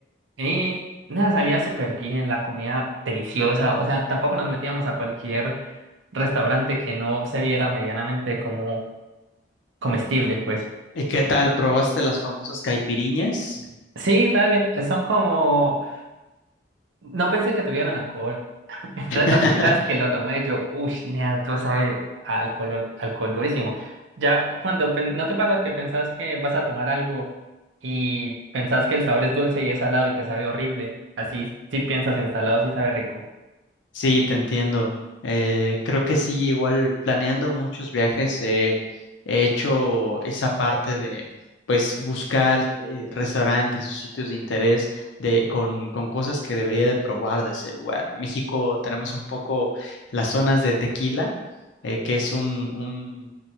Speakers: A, on the right (about 85°); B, on the left (about 80°).
A: Y nada, salía súper bien, la comida deliciosa. O sea, tampoco nos metíamos a cualquier restaurante que no se viera medianamente como comestible, pues.
B: ¿Y qué tal? ¿Probaste las famosas caipiriñas?
A: Sí, dale, eh, son como... No pensé que tuvieran alcohol. <laughs> Entonces
B: <laughs>
A: la primera vez que lo tomé yo, uy, nea, tú sabe a alcohol, alcohol durísimo. Ya cuando pen- no te pasa que pensás que vas a tomar algo y pensás que el sabor es dulce y es salado y te sabe horrible. Así, si piensas en salado, sí sabe rico.
B: Sí, te entiendo. Eh, creo que sí, igual planeando muchos viajes eh, he hecho esa parte de pues buscar eh, restaurantes o sitios de interés de, con, con cosas que debería de probar de ese lugar. En México tenemos un poco las zonas de Tequila, eh, que es un, un,